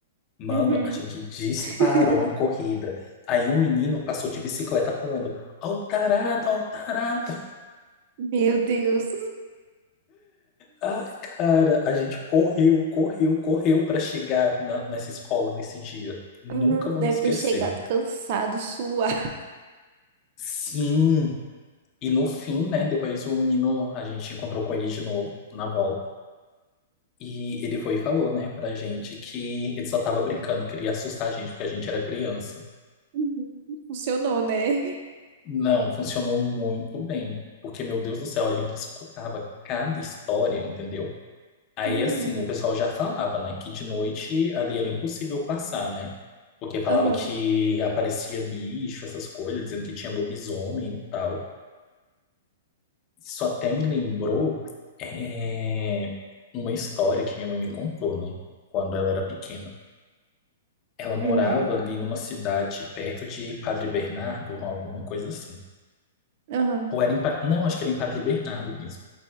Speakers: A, on the left; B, on the right.
A: Mano,
B: Uhum.
A: a gente disparou
B: <laughs>
A: em corrida. Aí um menino passou de bicicleta falando: Ó o tarado, ó o tarado.
B: Meu Deus.
A: Ai, cara, a gente correu, correu, correu para chegar na- nessa escola nesse dia. Nunca
B: Uhum.
A: vou
B: Deve
A: me esquecer.
B: ter chegado cansado, suado.
A: Sim. E no fim, né? Depois o menino, a gente encontrou com ele de novo na volta. E ele foi e falou, né, pra gente que ele só tava brincando, queria assustar a gente, porque a gente era criança.
B: Uhum. Funcionou, né?
A: Não, funcionou muito bem. Porque, meu Deus do céu, a gente escutava cada história, entendeu? Aí,
B: Uhum.
A: assim, o pessoal já falava, né, que de noite ali era impossível passar, né? Porque falava
B: Aham.
A: que aparecia bicho, essas coisas, dizendo que tinha lobisomem e tal. Isso até me lembrou, é, uma história que minha mãe me contou, né, quando ela era pequena. Ela morava
B: Uhum.
A: ali numa cidade perto de Padre Bernardo, ou alguma coisa assim.
B: Aham.
A: Ou era em, Pa- não, acho que era em Padre Bernardo mesmo,